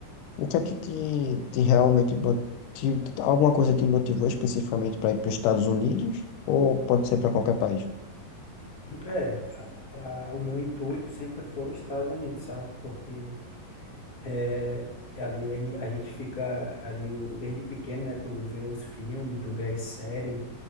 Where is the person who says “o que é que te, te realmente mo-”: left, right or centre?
Left